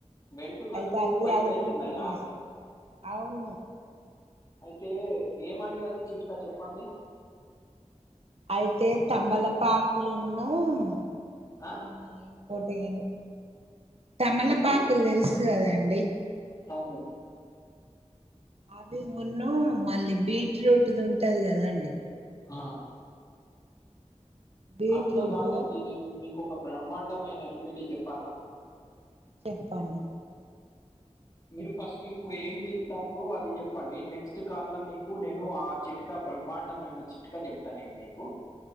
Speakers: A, on the left; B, on the right.
A: వెంట్రుకలు
B: అయితే అది
A: వైట్
B: అది
A: అయితున్నాయా
B: ప్రిపేర్ చేస్తా అవును
A: అయితే ఏమండి అది చిట్కా చెప్పండి
B: అయితే తమలపాకులు ఉన్నావు
A: ఆ
B: మనా ఇంకోటి ఏంది తమలపాకులు
A: ఏంది
B: తెలుసు కదండి
A: అవును
B: అవి ఉన్న మళ్ళీ బీట్రూట్ది ఉంటది కదా అండి
A: ఆ
B: బీట్రూట్
A: అట్లా కాదండి నేను మీకు ఒక బ్రహ్మాండమైన రెమెడీ చెప్పాలనా
B: చెప్పండి
A: మీరు ఫస్ట్ ఇప్పుడు ఏం చెప్తారో అది చెప్పండి నెక్స్ట్ కాల్ లో మీకు నేను ఆ చిట్కా బ్రహ్మాండమైన చిట్కా చెప్తానండి మీకు